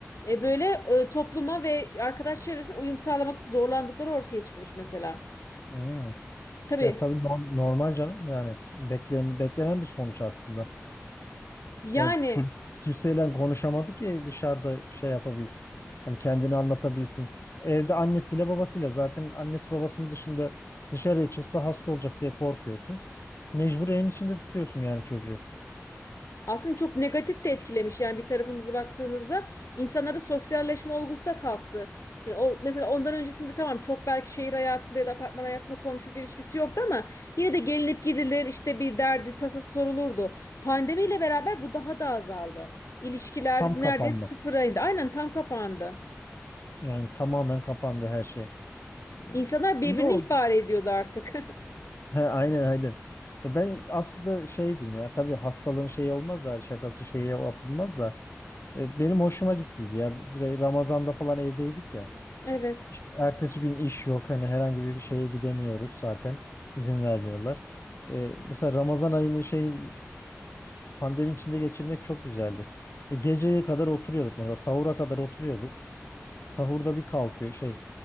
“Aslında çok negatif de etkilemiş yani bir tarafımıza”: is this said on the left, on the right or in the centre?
Left